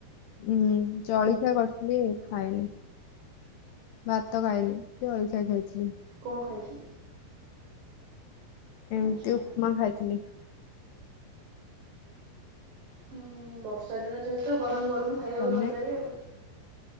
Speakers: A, on the left; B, on the right.
A: ହୁଁ ଜଳଖିଆ କରିଥିଲି ଖାଇନି। ଭାତ ଖାଇନି ଜଳଖିଆ ଖାଇଥିଲି।
B: କଣ ଖାଇଚ?
A: ଏମିତି
B: ଆଚ୍ଛା
A: ଉପମା ଖାଇଥିଲି।
B: ହୁଁ ବର୍ଷା ଦିନ ଯେହେତୁ ଗରମ୍ ଗରମ୍ ଖାଇବାକୁ
A: ତମେ
B: ଭଲ ଲାଗେ ଆଉ।